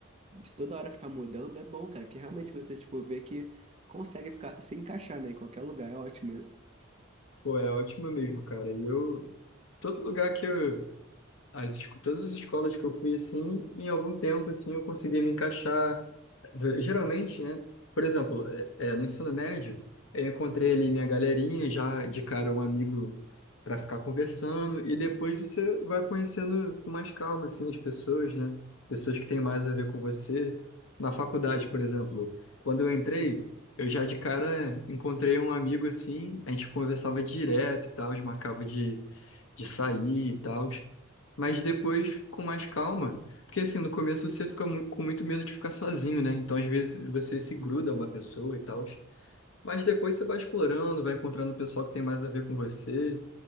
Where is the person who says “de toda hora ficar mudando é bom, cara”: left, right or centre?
Right